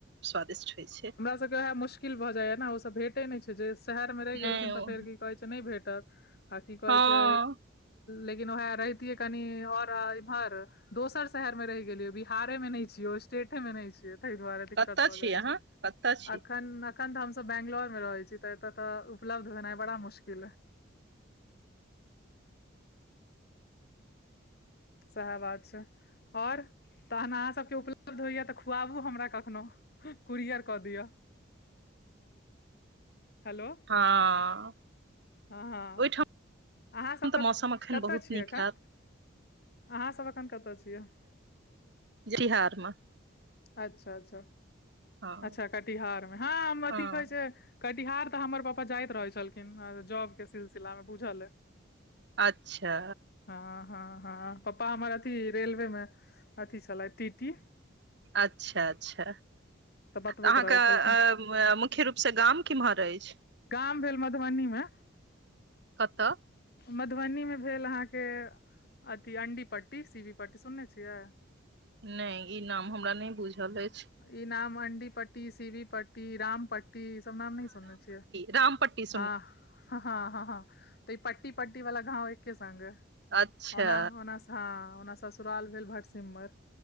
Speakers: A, on the right; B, on the left.
A: स्वादिष्ट होइ छै
B: सब वएह मुश्किल भऽ जाइये न ओ सब भेटे नय छै जे शहर में रहि
A: नहि
B: गेलखिन
A: ओ
B: तऽ फेर की कहै छै से नय भेटत आ की कहै
A: हँ
B: छै लेकिन वएह रहती है कनि और इम्हर दोसर शहर में रहि गेलियो बिहारेमे नय छियो स्टेटे में नहि छियै तहि दुआरे दिक्कत
A: कतऽ
B: भऽ
A: छी
B: जाइ
A: अहाँ
B: छै
A: कतऽ छी
B: अखन अखन तऽ हमस बेंगलोर में रहै छी त एतय तऽ उपलब्धेनाइ बड़ा मुश्किल अय सेहे बात छै ओर तहन अहाँ सबके उपलब्ध होइया तऽ खुआबु हमरा कखनो कुरियर कऽ दिअ हेलो
A: हँ
B: हँ हँ
A: ओहिठाम
B: अहाँ सब
A: तऽ
B: कत
A: मौसम एखन
B: कतऽ
A: बहुत
B: छीयै
A: नीक
B: एखन अहाँ सब एखन कत छियै
A: बिहार म
B: अच्छा अच्छा
A: हँ
B: अच्छा कटिहार में हँ हम अथी
A: हँ
B: कहै छै कटिहार तऽ हमर पपा जाइत रहय छलखिन जॉब के सिलसिला मे बुझल अय
A: अच्छा
B: हँ हँ हँ पपा हमर अथी रेलवे में अभी छलइथ अथी टीटी
A: अच्छा अच्छाऽ तऽ
B: बतबैत
A: अहाँके
B: रहै छलखिन
A: मुख्य रूप से गाम किम्हर अछि
B: गाम भेल मधबनी मे
A: कतय
B: मधबनी में भेल अहाँके अथी अंडी पट्टी सीवी पट्टी सुनने छियै
A: नय ई नाम हमरा नय बुझल अछि
B: ई नाम अंडी पट्टी सिवी पट्टी राम पट्टी ई सब नाम नय सुनने छिये
A: रामपट्ीसँ
B: हँ हँ हँ हँ हँ त ई पट्टी पट्टी वला गाँव एक्के संग
A: अच्छा
B: ओना ओना हँ ओना ससुराल भेल भटसिमर